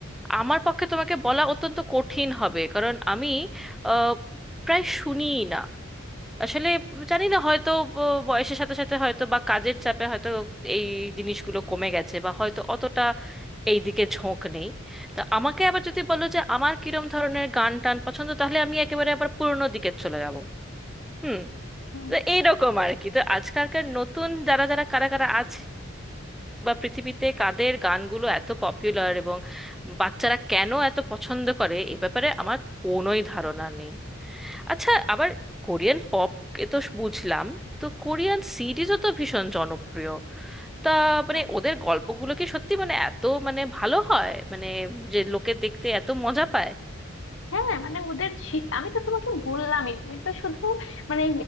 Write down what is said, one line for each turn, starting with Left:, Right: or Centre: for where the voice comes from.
Centre: আমার পক্ষে তোমাকে বলা অত্যন্ত কঠিন হবে কারণ আমি আহ, প্রায় শুনিই না আসলে জানি না হয়তো ব- বয়সের সাথে সাথে হয়তো বা কাজের চাপে হয়তো এই জিনিসগুলো কমে গেছে বা হয়তো অতটা এই দিকে ঝোঁক নেই তা আমাকে আবার যদি বলো যে আমার কিরম ধরনের গান টান পছন্দ তাহলে আমি একেবারে আবার পুরোনো দিকে চলে যাব হুম
Left: হুম।
Centre: তো এইরকম আর কি তো আজকালকার নতুন যারা যারা কারা কারা আছে বা পৃথিবীতে কাদের গানগুলো এত পপুলার এবং বাচ্চারা কেন এত পছন্দ করে এ ব্যাপারে আমার কোনোই ধারণা নেই আচ্ছা আবার কোরিয়ান পপ এ তো বুঝলাম তো কোরিয়ান সিরিজও তো ভীষণ জনপ্রিয় তা মানে
Left: হ্যাঁ
Centre: ওদের গল্পগুলো কি সত্যি মানে এত মানে ভালো হয় মানে যে লোকে দেখতে এত মজা পায়
Left: হ্যাঁ হ্যাঁ, মানে ওদের শি- আমি তো তোমাকে বললামই তুমি তো শুধু মানে